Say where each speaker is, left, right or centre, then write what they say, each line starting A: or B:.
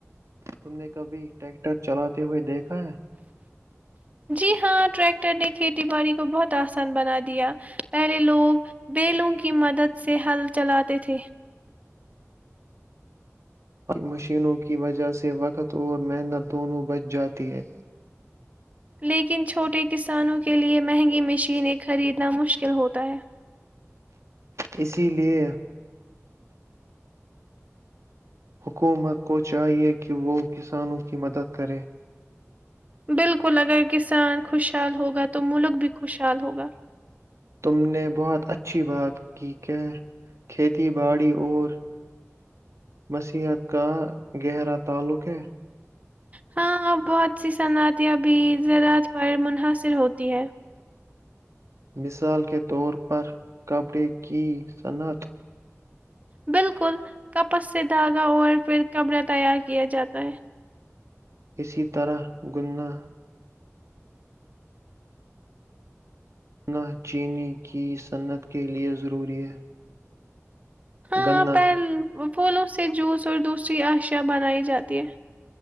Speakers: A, on the right; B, on the right.
A: تم نے کبھی ٹریکٹر چلاتے ہوئے دیکھا ہے
B: جی ہاں ٹریکٹر نے کھیتی باڑی کو بہت آسان بنا دیا پہلے لوگ بیلوں کی مدد سے ہل چلاتے تھے
A: مشینوں کی وجہ سے وقت اور محنت دونوں بچ جاتی ہے
B: لیکن چھوٹے کسانوں کے لئے مہنگی مشینیں خریدنا مشکل ہوتا ہے
A: اسی لیے حکومت کو چاہیے کہ وہ کسانوں کی مدد کرے
B: بالکل اگر کسان خوشحال ہوگا تو ملک بھی خوشحال ہوگا
A: تم نے بہت اچھی بات کی کہ کھیتی باڑی اور مسیحت کا گہرا تعلق ہے
B: ہاں ا بہت سی صنعتیاں بھی زراعت پر منحصر ہوتی ہے
A: مثال کے طور پر کپڑے کی صنعت
B: بالکل کپس سے دھاگا اور پھر کمرہ تیار کیا جاتا ہے
A: اسی طرح گنا نا چینی کی صنعت کے لیے ضروری ہے
B: ہاں
A: گنا
B: پین وہ پھولوں سے جوس اور دوسری اشیاء بنائی جاتی ہے